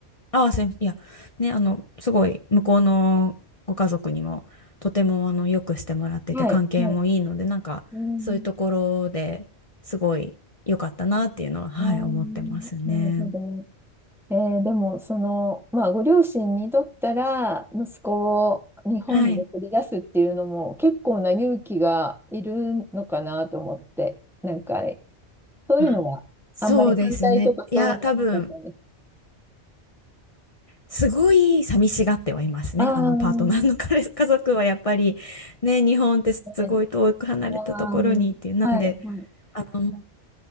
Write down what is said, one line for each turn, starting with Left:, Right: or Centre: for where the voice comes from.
Left: ああ、すいません。いや、ね、あの、すごい、向こうのご家族にも、とても、あの、よくしてもらってて、
Centre: い。はい、
Left: 関係もいいので、
Centre: はい、
Left: なんか、
Centre: うん、
Left: そういうところですごい良かったなっていうのは、はい、
Centre: うん、
Left: 思ってますね。
Centre: なるほど。えーでも、その、まあ、ご両親にとったら、息子を日本に送り出すっていうのも、
Left: はい。
Centre: 結構な勇気がいるのかなと思って、なんか、そういうのは、
Left: あそうですね。
Centre: あんまり反対とかそういうのはなかったんです。
Left: いや、多分、すごい寂しがってはいますね。
Centre: あ
Left: あの、パートナーの彼、家族はやっぱり、ね、日本ってすごい遠く離れたところにっていう、
Centre: あね、あ
Left: なんで、
Centre: あはい、はい、
Left: あの、